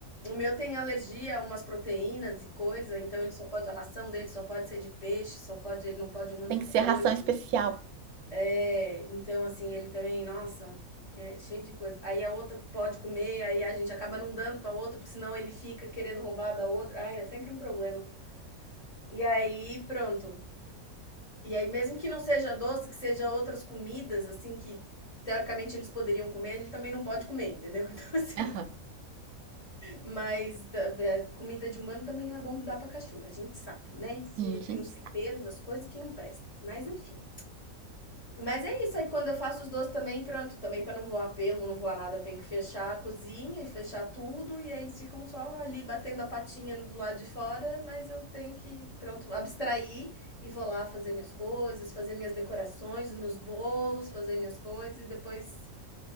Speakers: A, on the left (about 25°); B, on the right (about 80°).
A: o meu tem alergia a umas proteínas e coisa, então ele só pode a ração dele só pode ser de peixe, só pode ele não pode um monte
B: Tem
A: de
B: que
A: coisa.
B: ser ração especial.
A: É, então assim, ele também, nossa, é cheio de coisa. Aí a outra pode comer, aí a gente acaba não dando pra outra, porque senão ele fica querendo roubar da outra. Ai, é sempre um problema. E aí, pronto. E aí mesmo que não seja doce, que seja outras comidas assim que teoricamente eles poderiam comer, ele também não pode comer, entendeu? <laughs> Então assim,
B: Aham.
A: Mas ta eh, comida de humano também não é bom dar pra cachorro, a gente sabe, né,
B: Sim,
A: porque
B: a
A: tem
B: gente
A: os
B: sabe.
A: temperos, as coisas que não presta, mas enfim. Mas é isso, aí quando eu faço os doces também, pronto, também pra não voar pelo, não voar nada, tenho que fechar a cozinha e fechar tudo, e aí eles ficam só ali batendo a patinha do lado de fora, mas eu tenho que, pronto, abstrair e vou lá fazer minhas coisas, fazer minhas decorações, meus bolos, fazer minhas coisas e depois